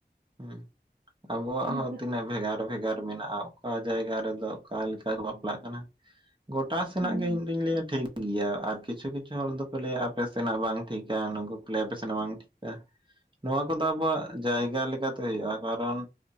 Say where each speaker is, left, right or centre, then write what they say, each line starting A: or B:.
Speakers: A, on the right; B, on the right.
A: ᱦᱩᱸ ᱟᱵᱚᱣᱟᱜ
B: ᱚᱱᱠᱟ
A: ᱦᱚᱸ ᱛᱤᱱᱟᱹᱜ ᱵᱷᱮᱜᱟᱨ ᱵᱷᱮᱜᱟᱨ ᱢᱮᱱᱟᱜᱼᱟ ᱾ ᱚᱠᱟ ᱡᱟᱭᱜᱟ ᱨᱮᱫᱚ ᱚᱠᱟ ᱞᱮᱠᱟ ᱠᱚ ᱵᱟᱯᱞᱟᱜ ᱠᱟᱱᱟ ᱜᱚᱴᱟ ᱥᱮᱱᱟᱜ
B: ᱦᱮᱸ
A: ᱜᱮ ᱤᱧ ᱫᱩᱧ ᱞᱟᱹᱭᱟ ᱴᱷᱤᱠ ᱜᱮᱭᱟ ᱟᱨ ᱠᱤᱪᱷᱩ ᱠᱤᱪᱷᱩ ᱦᱚᱲ ᱫᱚᱠᱚ ᱞᱟᱹᱭᱟ ᱟᱯᱮ ᱥᱮᱱᱟᱜ ᱵᱟᱝ ᱴᱷᱤᱠᱟ ᱱᱩᱠᱩ ᱠᱚ ᱞᱟᱹᱭᱟ ᱟᱯᱮ ᱥᱮᱱᱟᱜ ᱵᱟᱝ ᱴᱷᱤᱠᱟ ᱾
B: <unintelligible>
A: ᱱᱚᱣᱟ ᱠᱚᱫᱚ ᱟᱵᱚᱣᱟᱜ ᱡᱟᱭᱜᱟ ᱞᱮᱠᱟ ᱛᱮ ᱦᱩᱭᱩᱜᱼᱟ, ᱠᱟᱨᱚᱱ